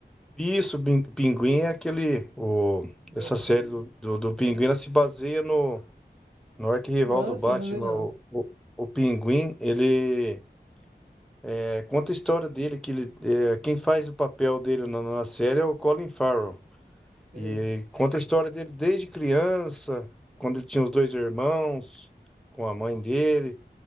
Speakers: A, in the centre; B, on the right (about 55°).
A: Isso, Pin- Pinguim é aquele o
B: Do
A: essa
B: episódio.
A: série do, do, do Pinguim,
B: Aham.
A: ela se baseia no no arquirrival
B: Que massa,
A: do Batman,
B: não vi não.
A: o, o, o Pinguim, ele é, conta a história dele que ele é, quem faz o papel dele na, na série é o Colin Farrell.
B: Sei.
A: E conta a história dele desde criança, quando ele tinha os dois irmãos, com a mãe dele,